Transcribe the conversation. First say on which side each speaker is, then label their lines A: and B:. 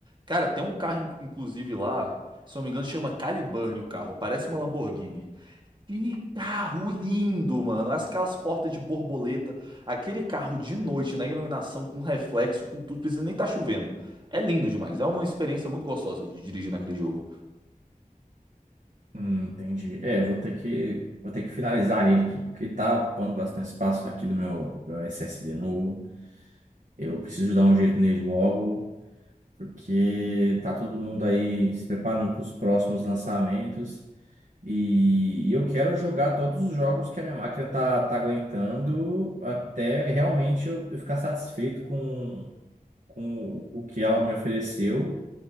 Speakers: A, on the right; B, on the right.
A: Cara, tem um carro, in- inclusive, lá, se não me engano, chama Caliburn o carro. Parece uma Lamborghini. Que carro lindo, mano. As- Aquelas portas de borboleta. Aquele carro de noite, na iluminação, com reflexo, com tudo. Precisa nem estar chovendo. É lindo demais. É uma experiência muito gostosa de dirigir naquele jogo.
B: Hum, entendi. É, vou ter que, vou ter que finalizar ele aqui, porque ele tá ocupando bastante espaço aqui do meu, meu SSD novo. Eu preciso dar um jeito nele logo, porque tá todo mundo aí se preparando para os próximos lançamentos. E, e eu quero jogar todos os jogos que a minha máquina tá, tá aguentando até realmente eu, eu ficar satisfeito com, com o que ela me ofereceu